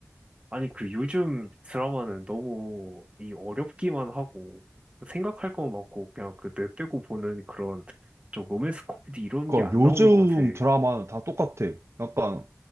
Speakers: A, on the right (about 25°); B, on the right (about 55°).
A: 아니 그 요즘 드라마는 너무 이 어렵기만 하고 생각할 거 많고 그냥 그 내빼고 보는 그런 좀 로맨스 코미디 이런
B: 그러니까
A: 게 안
B: 요즘
A: 나오는 것 같아.
B: 드라마는 다 똑같아. 약간